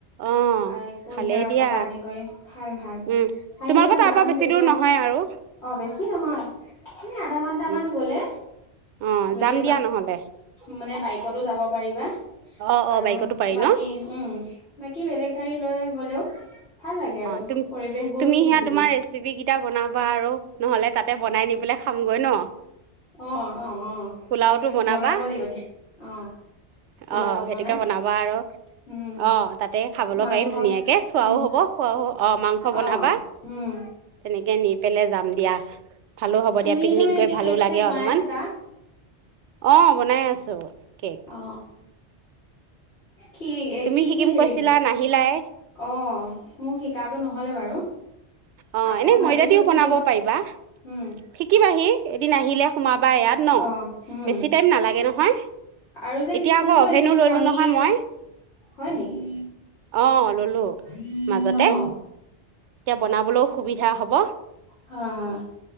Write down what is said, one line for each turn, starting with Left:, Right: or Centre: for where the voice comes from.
Right: অ
Left: আৰু কুঁহিয়াৰ
Right: ভালেই
Left: ৰসপা
Right: দিয়া
Left: আদি কৰি ভাল ভাল
Right: উম
Left: আহিবা
Right: তোমালোকৰ তাৰ
Left: যাম
Right: পৰা বেছি
Left: তেতিয়া
Right: দূৰ নহয় আৰু
Left: অ বেছি নহয়। নে য
Right: উম
Left: মান গলে
Right: অ
Left: যদি
Right: যাম দিয়া নহ'লে
Left: মানে বাইক ক'তো যাব পাৰিবা
Right: অ
Left: আৰু
Right: অ বাইকতো পাৰি
Left: বাকী
Right: ন
Left: উম বাকী বেলেগ গাড়ী লৈ গ'লেও ভাল লাগে আৰু
Right: অ তুম
Left: পৰিৱেশ বোৰ
Right: তুমি
Left: খুব
Right: সেয়া
Left: ধুনীয়া
Right: তোমাৰ ৰেচিপি কেইটা বনাবা আৰু নহলে তাতে বনাই নি পেলাই খামগৈ ন
Left: অ অ অ
Right: পোলাওটো বনাবা
Left: বনাব লাগিব দিয়া অ পোলাও
Right: অ সেইটোকে
Left: বনাই
Right: বনাবা আৰু অ হেতুকে বনাবা
Left: উম
Right: আৰু অ তাতে খাবলৈ
Left: মাংস
Right: পাৰিম ধুনীয়াকে চুৱও
Left: উম
Right: হব খোৱাও অ মাংস বনাবা
Left: অ উম
Right: তেনেকে নি পেলাই যাম দিয়া ভালো হব
Left: তুমিতো
Right: দিয়া পিকনিক
Left: এতিয়া
Right: গৈ ভালো
Left: কেক
Right: লাগে
Left: চেক বনাই
Right: অলপমান
Left: থাকা
Right: অ বনাই আছো কেক
Left: অ কি
Right: তুমি
Left: কি
Right: শিকিম
Left: কি হেৰিত
Right: কৈছিলা নাহিলাই
Left: অ মোক শিকাটো নহলে বাৰু
Right: অ
Left: আকৌ
Right: এনেই
Left: ভাবিছো
Right: ময়দা দিও
Left: শিকিব
Right: বনাব পাৰিবা
Left: উম
Right: শিকিবাহি এদিন আহিলে সোমাবা ইয়াত ন
Left: অ উম
Right: বেছি টাইম নালাগে নহয়
Left: আৰু যে
Right: এতিয়া
Left: কিছুমানতটো
Right: আকৌ অভেনো
Left: এনে
Right: ললো
Left: কণী
Right: নহয় মই
Left: হয় নেকি
Right: অ', ললো
Left: উম
Right: মাজতে
Left: অ
Right: এতিয়া বনাবলৈও সুবিধা হব
Left: হয় হয়